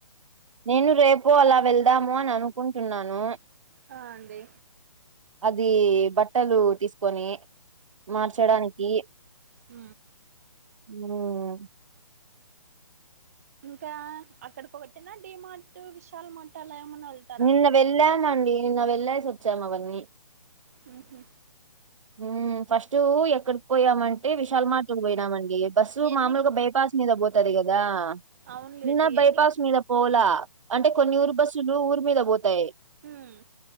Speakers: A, on the right (about 65°); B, on the right (about 25°).
A: నేను రేపు అలా వెళ్దాము అని అనుకుంటున్నాను
B: ఆ అండి
A: అది బట్టలు తీసుకొని మార్చడానికి
B: ఊ
A: ఊ
B: ఇంకా అక్కడకొకటినా డి మార్ట్ విశాల మట్ అలా ఏమన్నా వెళ్తారా
A: నిన్న వెళ్ళామండి నిన్న వెళ్లేస్ వచ్చాం అవన్నీ
B: ఉహు
A: ఊ ఫస్ట్ ఎక్కడికి పోయామంటే విశాల మాట్ కు పోయినామండి బస్సు
B: ఎన్ని
A: మామూలుగా బైపాస్ మీద పోతది కదా
B: అవునులేండి
A: నిన్న బైపస్
B: ఎన్ని
A: మీద పోలా అంటే కొన్ని ఊరు బస్సులు ఊరి మీద పోతాయి
B: మ్మ్